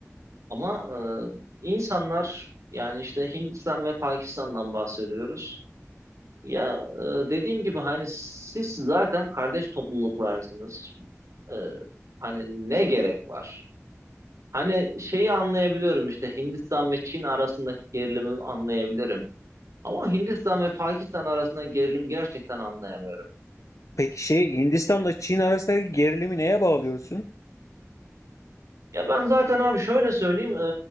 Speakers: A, on the right; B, on the left.
A: Ama e, insanlar yani işte Hindistan ve Pakistan'dan bahsediyoruz. Ya e, dediğim gibi hani siz zaten kardeş topluluklarsınız. E, hani ne gerek var? Hani şeyi anlayabiliyorum işte Hindistan ve Çin arasındaki gerilimi anlayabilirim. Ama Hindistan ve Pakistan arasında gerilim gerçekten anlayamıyorum.
B: Peki şey Hindistan'la Çin arasındaki gerilimi neye bağlıyorsun?
A: Ya ben zaten abi şöyle söyleyeyim e,